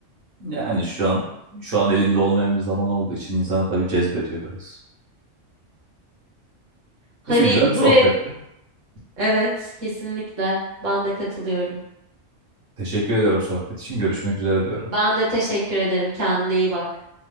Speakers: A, on the right; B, on the right.
A: Yani şu an şu an elinde olmayan bir zaman olduğu için insana tabii cezbediyor biraz.
B: Hani
A: Neyse güzel
B: buraya
A: bir sohbetti.
B: evet kesinlikle ben de katılıyorum.
A: Teşekkür ediyorum sohbet için. Görüşmek üzere diyorum.
B: Ben de teşekkür ederim. Kendine iyi bak.